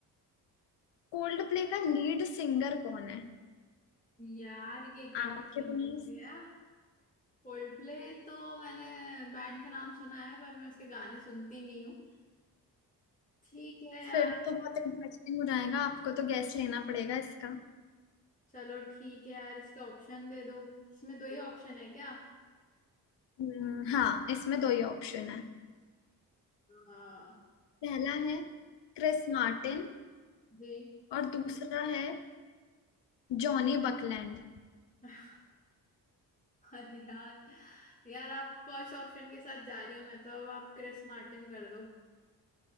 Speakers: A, on the left (about 65°); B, on the left (about 15°).
A: कोल्ड प्ले का लीड सिंगर कौन है
B: यार ये क्या
A: आपके
B: क्वेश्चन
A: पास
B: पूछ लिया Coldplay तो मैंने बैंड का नाम सुना है पर मैं उसके गाने सुनती नहीं हूँ ठीक है यार
A: फिर तो बहुत इंटरेस्टिंग हो जाएगा आपको तो गैस लेना पड़ेगा इसका
B: चलो ठीक है यार इसके ऑप्शन दे दो इसमें दो ही ऑप्शन है क्या
A: हम्म, हाँ इसमें दो ही ऑप्शन है
B: हाँ
A: पहला है क्रिस मार्टिन
B: जी
A: और दूसरा है जॉनी बकलैंड
B: <laughs> अरे यार यार आप फर्स्ट ऑप्शन के साथ जा रही हो मैं तो अब आप क्रिस मार्टिन कर दो